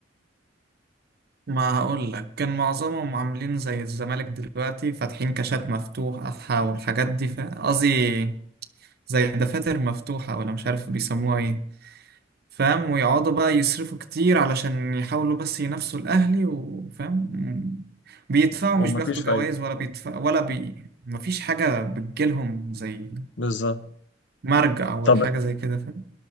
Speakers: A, on the right (about 55°); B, on the left (about 70°).
A: ما هقول لك كان معظمهم عاملين زي الزمالك دلوقتي فاتحين كاشات مفتوحة والحاجات دي ف- قصدي زي دفاتر مفتوحة ولا مش عارف بيسموها إيه. فاهم ويقعدوا بقى يصرفوا كتير علشان يحاولوا بس ينافسوا الأهلي وفاهم بيدفعوا
B: ومفيش
A: مش بياخدوا
B: فايده
A: جوائز ولا بيدفع ولا بي مفيش حاجة بتجيلهم زي
B: بالظبط
A: مرجع ولا
B: طب
A: حاجة زي كده فاهم